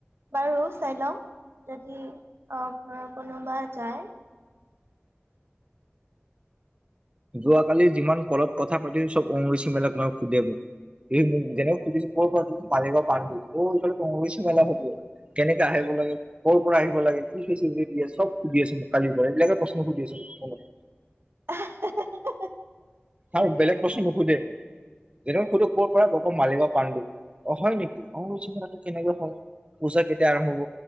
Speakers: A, on the right; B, on the right.
A: বাৰু চাই লওঁ যদি অ' ঘৰৰ কোনোবা যায়।
B: যোৱাকালি যিমান কলত কথা পাতিল চব অম্বুবাচী মেলাক লৈ সোধে মোক এই মোক যেনেক সুধিছো ক পৰা পাৰিব পাৰি অঁ এইফা লেটো অম্বুবাচী মেলা হব কেনেকে আহিব লাগে কৰ পৰা আহিব লাগে কি ফেচিলিটি দিয়ে চব সুধি আছে মোক কালিৰ পৰা এইবিলাকে প্ৰশ্ন সুধি আছ মোক।
A: <unintelligible>
B: আৰু বেলেগ প্ৰশ্ন নোসোধে। যেনে সোধে ক'ৰ পৰা মই কওঁ মালিগাওঁ পাণ্ডু। অ' হয় নেকি অ অম্বুবাচি মেলাটো কেনেকে হয় পূজা কেতিয়া আৰম্ভ হব